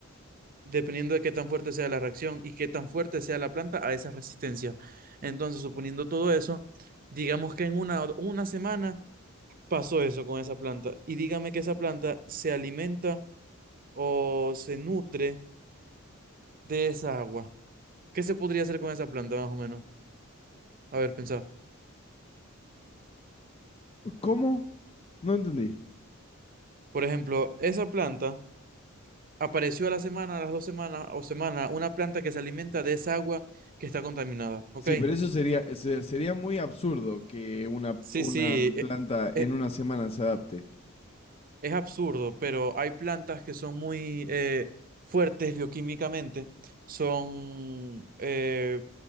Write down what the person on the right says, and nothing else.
dependiendo de qué tan fuerte sea la reacción y qué tan fuerte sea la planta a esa resistencia. Entonces, suponiendo todo eso, digamos que en una, o- una semana pasó eso con esa planta y dígame que esa planta se alimenta o se nutre de esa agua. ¿Qué se podría hacer con esa planta más o menos? A ver, pensá.
Por ejemplo, esa planta Apareció a la semana, a las dos semanas o semana, una planta que se alimenta de esa agua que está contaminada. ¿Ok?
Sí,
sí.
e-
Es absurdo, pero hay plantas que son muy eh, fuertes bioquímicamente. Son, eh,